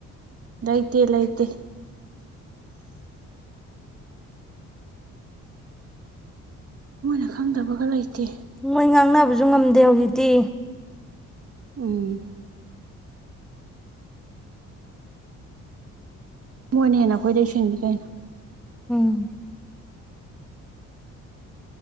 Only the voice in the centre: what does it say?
ꯃꯣꯏ ꯉꯥꯡꯅꯕꯁꯨ ꯉꯝꯗꯦ ꯍꯧꯖꯤꯛꯇꯤ꯫
ꯎꯝ꯫